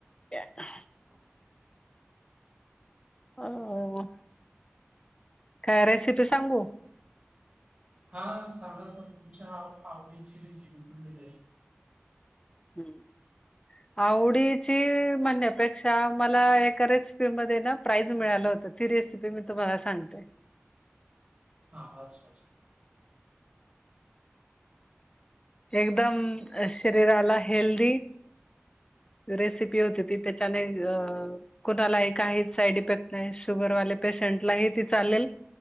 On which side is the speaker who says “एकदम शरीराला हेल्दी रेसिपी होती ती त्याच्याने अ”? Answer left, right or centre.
Left